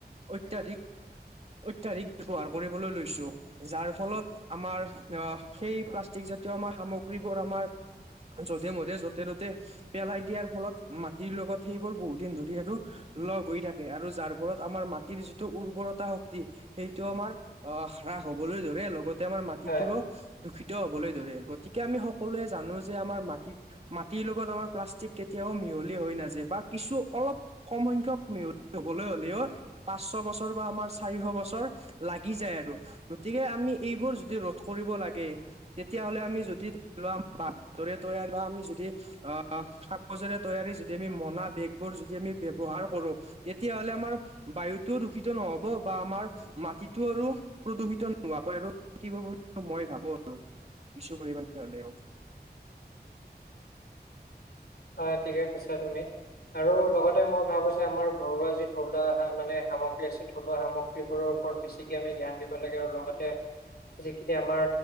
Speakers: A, on the right (about 35°); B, on the left (about 65°).
A: অত্যাধিক-অত্যাধিক ব্যৱহাৰ কৰিবলৈ লৈছোঁ। যাৰ ফলত আমাৰ অহ, সেই প্লাষ্টিক জাতীয় আমাৰ সামগ্ৰীবোৰ আমাৰ যধে-মধে যতে-ততে পেলাই দিয়াৰ ফলত মাটিৰ লগত সেইবোৰ বহুত দিন ধৰি আৰু লগ গৈ থাকে আৰু যাৰ ফলত আমাৰ মাটিৰ যিটো উৰ্বৰতা শক্তি সেইটো আমাৰ অহ, হ্ৰাস হ'বলৈ ধৰে লগতে আমাৰ মাটিটোৰ
B: হয়
A: দূষিত হ'বলৈ ধৰে গতিকে আমি সকলোৱে জানোঁ যে আমাৰ মাটিত মাটিৰ লগত আমাৰ প্লাষ্টিক কেতিয়াও মিহলি হৈ নাযায় বা কিছু অলপ কম সংখ্যক মিহলি হ'বলৈ হ'লেও পাঁচশ বছৰ বা আমাৰ চাৰিশ বছৰ লাগি যায় আৰু। গতিকে আমি এইবোৰ যদি ৰোধ কৰিব লাগে। তেতিয়াহ'লে আমি যদি ধৰি লোৱা <unintelligible> তৈয়াৰ বা আমি যদি অহ, কাগজৰে তৈয়াৰী যদি আমি মোনা বেগবোৰ যদি আমি ব্যৱহাৰ কৰোঁ। তেতিয়াহ'লে আমাৰ বায়ুটোও দূষিত নহ'ব বা আমাৰ মাটিতটো আৰু প্ৰদূষিত নোৱাকৈ আৰু থাকিব বুলি মই ভাবোঁ আৰু কিছুপৰিমাণে হ'লেও।
B: হয়, ঠিকে কৈছা তুমি। আৰু লগতে মই ভাবোঁ যে আমাৰ ঘৰুৱা যি থলুৱা মানে সা-সামগ্ৰী আছে থলুৱা সামগ্ৰীবোৰৰ ওপৰত বেছিকে আমি ধ্যান দিব লাগে আৰু লগতে যিখিনি আমাৰ